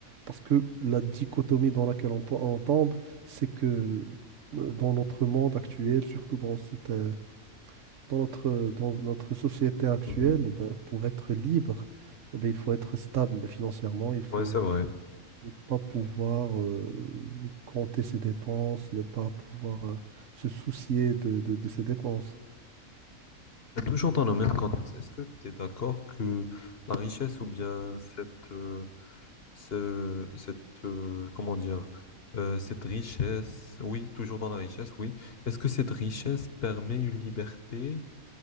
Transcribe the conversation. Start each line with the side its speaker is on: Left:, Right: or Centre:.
Right: Parce que la dichotomie dans laquelle on, po- on tombe, c'est que euh, dans notre monde actuel, surtout dans cette, euh, dans notre, dans notre société actuelle,
Left: mhm, mhm.
Right: ben, pour être libre, eh ben, il faut être stable financièrement, il faut
Left: Ouais, c'est vrai.
Right: ne pas pouvoir euh, compter ses dépenses, ne pas pouvoir euh, se soucier de, de- de ses dépenses.
Left: Et toujours dans le même contexte, est-ce que tu es d'accord que la richesse ou bien cette, euh, ce- cette, euh, comment dire, euh, cette richesse, oui, toujours dans la richesse, oui. Est-ce que cette richesse permet une liberté